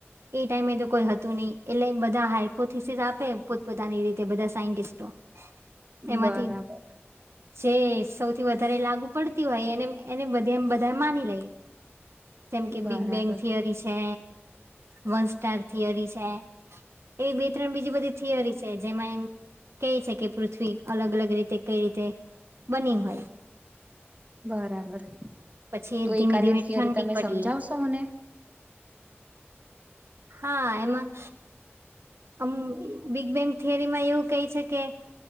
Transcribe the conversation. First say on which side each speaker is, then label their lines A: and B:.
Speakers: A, on the right; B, on the right.
A: એ ટાઈમે તો કોઈ હતું નહીિ એટલે બધા હાઈપોથીસસ આપે પોતપતાની રીતે તે બધા સાયન્ટિસ્ટો તેમાંથી
B: બરાબર
A: જે સૌથી વધારે લાગુ પડતી હોય એને એને બધમ બધા માની લઈ જેમ કે
B: બરાબર
A: બિગ બેંગ થિયરી છે વન સ્ટાર થિયરી છે એ બે ત્રણ બીજી બધી થિયરી છે જેમાં એમ ક છે કે પૃથ્વી અલગ અલગ રીતે કઈ રીતે બની હોય
B: બરાબર
A: પછી
B: તો
A: એ ધીમે
B: એકાદી
A: ધીમે
B: થિયરી
A: ઠંડી
B: તમે
A: પડી
B: સમજાવશો મને
A: હા એમાં અમ બિગ બેંગ થિયરીમાં એવું કહે છે કે